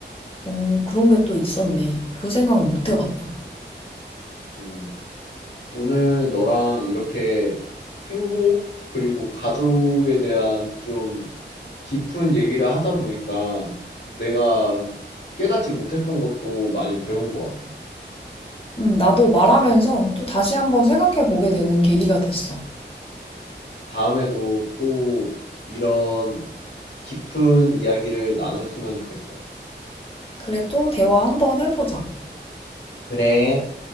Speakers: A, on the left; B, on the left.
A: 오, 그런 게 또 있었네. 그 생각은 못 해봤다.
B: 음, 오늘 너랑 이렇게 행복 그리고 가족에 대한 좀 깊은 얘기를 하다 보니까 내가 깨닫지 못했던 것도 많이 배운 것 같아.
A: 음, 나도 말하면서 또 다시 한번 생각해 보게 되는 계기가 됐어.
B: 다음에도 또 이런 깊은 이야기를 나눴으면 좋겠어.
A: 그래, 또 대화 한번 해보자.
B: 그래.